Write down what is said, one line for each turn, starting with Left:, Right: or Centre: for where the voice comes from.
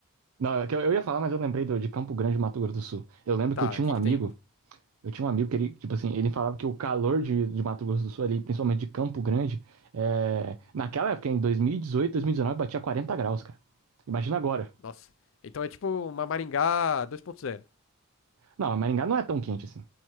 Right: Não, é que eu eu ia falar, mas eu lembrei do- de Campo Grande, Mato Grosso do Sul. Eu lembro
Left: Tá,
Right: que eu tinha
Left: aqui
Right: um amigo,
Left: que tem.
Right: eu tinha um amigo que ele, tipo assim, ele falava que o calor de, de Mato Grosso do Sul ali, principalmente de Campo Grande, é... naquela época, em 2018, 2019, batia 40 graus, cara. Imagina agora.
Left: Nossa. Então é tipo uma Maringá 2.0.
Right: Não, Maringá não é tão quente assim.